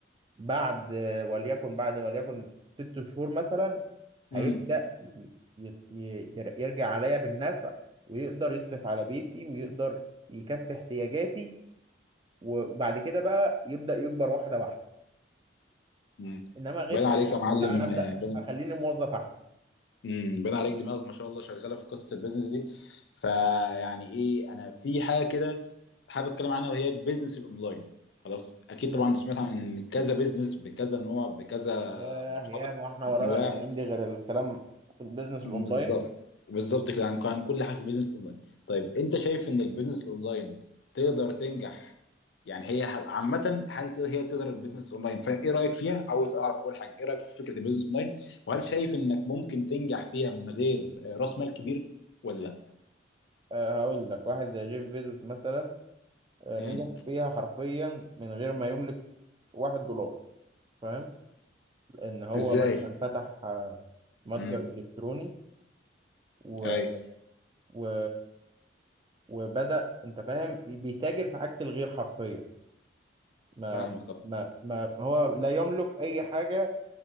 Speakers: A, on the right; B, on the left.
A: بعد وليكن بعد وليكن ست شهور مثلا
B: امم
A: هيبدأ ي- ي- ي- ير- يرجع عليا بالنفع ويقدر يصرف على بيتي ويقدر يكفي احتياجاتي وبعد كده بقى يبدأ يكبر واحدة واحدة
B: امم
A: انما غير
B: باين
A: كده
B: عليك يا معلم
A: لا انا ابدأ
B: آه، باين
A: اخليني موظف احسن
B: امم باين عليك دماغك ما شاء الله شغاله في قصه البيزنس دي فيعني ايه انا في حاجه كده حابب اتكلم عنها وهي بيزنس الاونلاين خلاص اكيد
A: مم.
B: طبعا سمعت عن كذا بيزنس بكذا نوع بكذا
A: ياه
B: مرحله
A: ياه ما احنا
B: من
A: ورانا
B: انواع
A: الايام دي غير الكلام في البيزنس
B: بالظبط
A: الاونلاين
B: بالظبط كده عن عن كل حاجه في البيزنس الاونلاين طيب انت شايف ان البيزنس الاونلاين تقدر تنجح يعني هي ح- عامه هل تقدر- هي تقدر البيزنس الاونلاين فايه رايك فيها عاوز اعرف اول حاجه ايه رايك في فكره البيزنس اونلاين وهل شايف انك ممكن تنجح فيها من غير آه، راس مال كبير ولا لا
A: آه، هقول لك واحد زي جيف بيزوس مثلا آه،
B: امم
A: نجح فيها حرفيا من غير ما يملك واحد دولار فاهم لان هو
B: ازاي
A: مثلا فتح آه، متجر
B: امم
A: الكتروني و...
B: اي
A: و... وبدأ انت فاهم بيتاجر في حاجة الغير حرفية ما
B: فاهمك
A: ما ما ما هو لا يملك اي حاجة